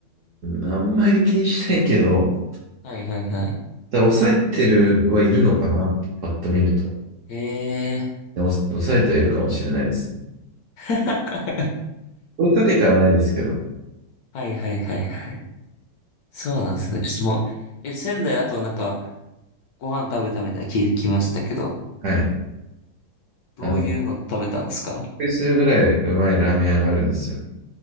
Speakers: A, on the right; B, on the left.
A: ん、あんまり気にしないけど、
B: はいはいはい。
A: ただから抑えてるはいるのかな。パッと見ると。
B: ええー
A: でも、抑えてはいるかもしれないですね。
B: <laughs>
A: 追いかけてはないですけど。ね
B: はいはいはいはい。そうなんですね。ちょっともう、え、仙台あとなんか、ご飯食べたみたいに聞きましたけど、
A: はい。
B: どういうの食べたんですか
A: あの、びっくりするぐらいうまいラーメン屋があるんですよ。